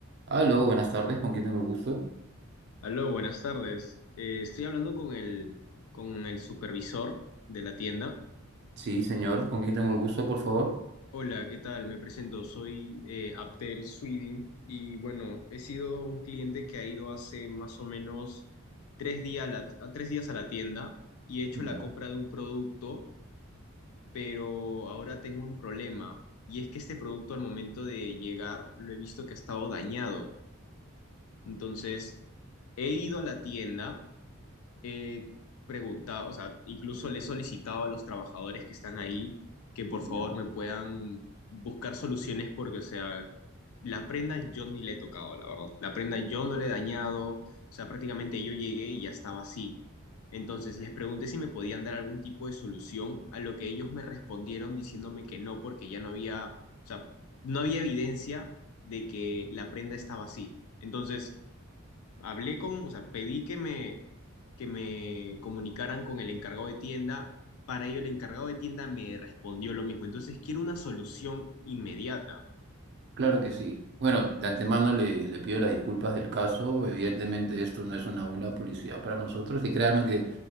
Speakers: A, on the right; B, on the left.
A: Aló, buenas tardes, ¿con quién tengo el gusto?
B: Aló, buenas tardes. Eh, estoy hablando con el, con el supervisor de la tienda.
A: Sí, señor, ¿con quién tengo el gusto, por favor?
B: Hola, ¿qué tal? Me presento, soy eh, Abdel Swidin y bueno, he sido un cliente que ha ido hace más o menos tres días a la, a tres días a la tienda y he hecho
A: Ya,
B: la compra de un producto, pero ahora tengo un problema y es que este producto al momento de llegar lo he visto que ha estado dañado. Entonces, he ido a la tienda he preguntado, o sea, incluso le he solicitado a los trabajadores que están ahí que por favor
A: ya.
B: me puedan buscar soluciones porque, o sea, la prenda yo ni le he tocado, la verdad. La prenda yo no le he dañado, o sea, prácticamente yo llegué y ya estaba así. Entonces les pregunté si me podían dar algún tipo de solución, a lo que ellos me respondieron diciéndome que no, porque ya no había, o sea, no había evidencia de que la prenda estaba así. Entonces hablé con, o sea, pedí que me que me comunicaran con el encargado de tienda. Para ello, el encargado de tienda me respondió lo mismo. Entonces, quiero una solución inmediata.
A: Claro que sí. Bueno, de antemano le, le pido las disculpas del caso. Evidentemente esto no es una buena publicidad para nosotros y créame que